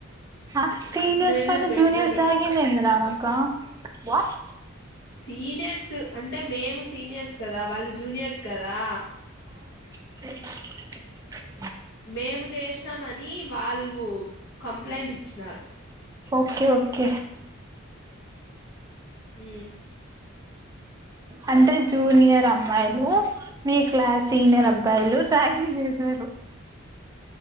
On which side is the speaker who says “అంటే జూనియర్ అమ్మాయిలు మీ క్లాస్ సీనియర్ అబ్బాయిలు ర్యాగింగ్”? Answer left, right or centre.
Right